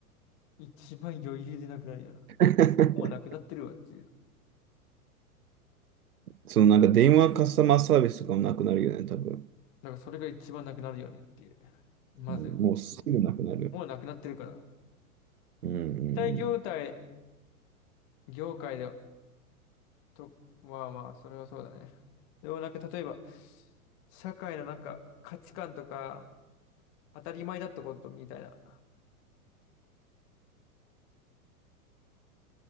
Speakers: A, on the left; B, on the right.
A: 一番余裕でなくなるような。
B: <laughs>
A: もうなくなってるわっていう。
B: そのなんか電話カスタマーサービスとかもなくなるよね、多分。
A: なんかそれが一番なくなるよねっていう。まず、
B: うんもうすぐなくなる。
A: もうなくなってるから。
B: うんう
A: 大業態、
B: ん
A: 業界で、と、まあまあ、それはそうだね。でもなんか例えば、社会のなんか価値観とか、当たり前だったことみたいな、